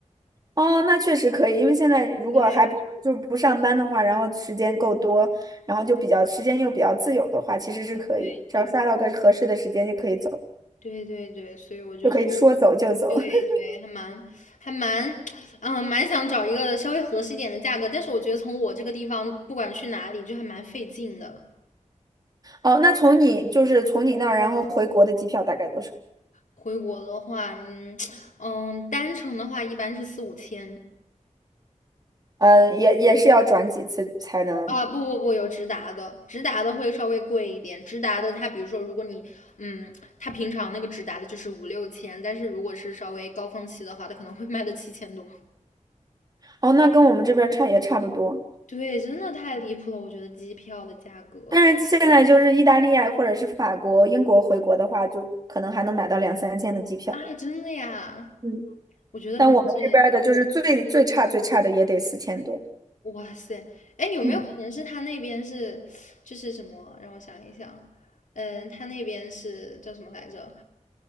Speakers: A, on the right (about 30°); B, on the left (about 75°).
A: 哦，那确实可以，因为现在如果还不就不上班的话，
B: 对对
A: 然后时间够多，然后就比较时间又比较自由的话，其实是可以，
B: 对
A: 只要刷到个合适的时间就可以走，
B: 对对对，所以我就是
A: 就可以说走就走。
B: 对对，
A: <laughs>
B: 还蛮还蛮，嗯，蛮想找一个稍微合适一点的价格，但是我觉得从我这个地方，不管去哪里，就还蛮费劲的。
A: 哦，那从你就是从你那儿然后回国的机票大概多少？
B: 回国的话，嗯嗯，单程的话一般是四五千，
A: 嗯，也也是要转几次才能。
B: 啊，不不不，有直达的，直达的会稍微贵一点。直达的，它比如说，如果你，嗯，它平常那个直达的就是五六千，但是如果是稍微高峰期的话，它可能会卖到七千多。
A: 哦，那跟我们这边儿差也差不多。
B: 对，真的太离谱了，我觉得机票的价格
A: 但是现在就是意大利啊，或者是法国、英国回国的话，就可能还能买到两三千的机票。
B: 啊，真的呀，
A: 嗯，
B: 我觉得可能是，
A: 但我们这边儿的就是最最差最差的也得四千多。
B: 哇塞，哎，有没有可能是他那边是，
A: 嗯，
B: 就是什么？让我想一想，嗯，他那边是叫什么来着？